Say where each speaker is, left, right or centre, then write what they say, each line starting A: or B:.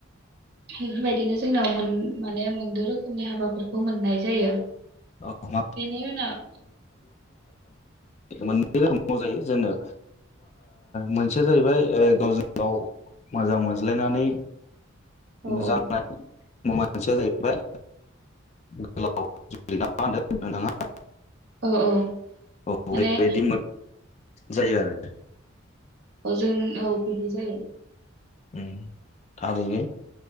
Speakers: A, on the right; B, on the left.
A: बेफोरबायदिनो जोंनाव माने मोनद रोखोमनि हाबाफोरखौ मोननाय जायो
B: <unintelligible>
A: बेनि उनाव
B: मोननै रोखोमाव जायो जोनो मोनसेया जाहैबाय गावजों गाव मोजां मोनज्लायनानै
A: औ औ
B: जानाय मा मोनसेया जाहैबाय गो <unintelligible>
A: औ औ
B: औ
A: माने
B: बेबायदि जायो आरो
A: औ जों औ बिदि जायो
B: ओम थारैनो